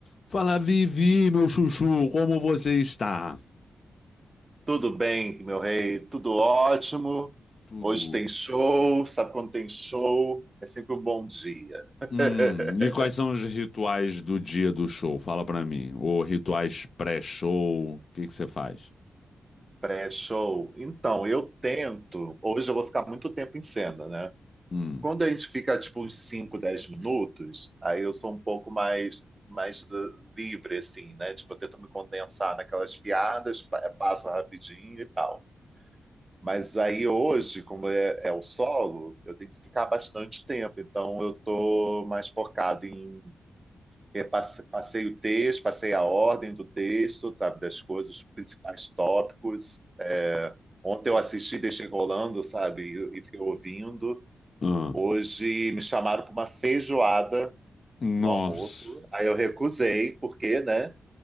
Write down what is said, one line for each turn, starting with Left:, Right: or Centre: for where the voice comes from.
Left: Fala, Vivi, meu chuchu, como você está?
Right: Tudo bem, meu rei, tudo ótimo.
Left: Tudo.
Right: Hoje tem show, sabe quando tem show? É sempre um bom dia. <laughs>
Left: Hum, e quais são os rituais do dia do show? Fala pra mim. Ou rituais pré-show? O que que você faz?
Right: Pré-show. Então, eu tento. Hoje eu vou ficar muito tempo em cena, né?
Left: Hum.
Right: Quando a gente fica tipo uns 5, 10 minutos, aí eu sou um pouco mais, mais livre, assim, né? Tipo, eu tento me condensar naquelas piadas, pa- passo rapidinho e tal. Mas aí hoje, como é, é o solo, eu tenho que ficar bastante tempo. Então eu estou mais focado em repasse- passei o texto, passei a ordem do texto, sabe, das coisas, os principais tópicos. É, ontem eu assisti, deixei rolando, sabe, e, e fiquei ouvindo.
Left: Ah.
Right: Hoje me chamaram para uma feijoada
Left: Nossa.
Right: no almoço. Aí eu recusei, porque, né?